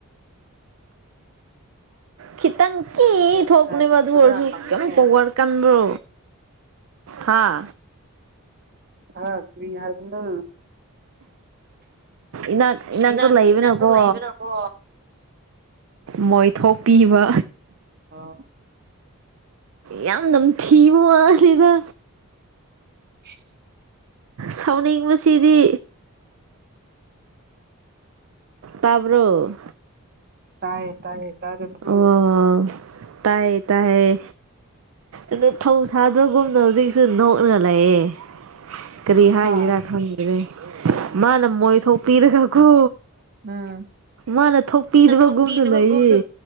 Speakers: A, on the right; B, on the right.
A: ꯈꯤꯇꯪ ꯏ
B: ꯒꯦꯝ
A: ꯊꯣ
B: ꯁꯥꯟꯅꯅꯤꯡꯕ꯭ꯔꯥ
A: ꯀꯅꯦꯕꯗꯨ ꯑꯣꯏꯔꯁꯨ
B: ꯍꯪꯉꯨꯅꯦ
A: ꯀꯃ ꯄꯒꯔ ꯀꯥꯟꯕ꯭ꯔꯣ ꯍꯥꯥ
B: ꯍꯥ ꯀ꯭ꯔꯤ ꯍꯥꯏꯕꯅꯣ
A: ꯏꯅꯥꯛ ꯏꯅꯥꯛꯇ
B: ꯏꯅꯥꯛ
A: ꯂꯩꯕꯅꯀꯣ
B: ꯏꯅꯥꯛꯇ ꯂꯩꯕꯅꯀꯣ
A: ꯃꯣꯏ ꯊꯣꯛꯣꯛꯄꯤꯕ
B: ꯑ
A: ꯌꯥꯝ ꯅꯝꯊꯤꯕ ꯋꯥꯁꯤꯗ
B: <inaudible> <inaudible>
A: ꯁꯥꯎꯅꯤꯡꯕꯁꯤꯗꯤ ꯇꯥꯕ꯭ꯔꯣ
B: ꯇꯥꯏ ꯇꯥꯏ ꯇꯥꯗꯨꯕ꯭ꯔꯣ
A: ꯑꯣ ꯇꯥꯏꯌꯦ ꯇꯥꯏꯌꯦ ꯑꯗ ꯊꯧ ꯁꯥꯗꯕꯒꯨꯝꯅ ꯍꯧꯖꯤꯛꯁꯨ ꯅꯣꯛꯅ ꯂꯩꯑꯦ ꯀꯔꯤ ꯍꯥꯏꯖꯤꯔꯥ
B: ꯍꯥ
A: ꯈꯪꯗꯔꯦ ꯃꯥꯅ ꯃꯣꯏ ꯊꯣꯛꯄꯤꯔꯒ ꯀꯣ
B: ꯎꯝ
A: ꯃꯥꯅ ꯊꯣꯛꯄꯤꯗꯕꯒꯨꯝꯗ
B: ꯊꯣꯛꯄꯤꯗꯕꯒꯨꯝꯅ
A: ꯂꯩꯌꯦ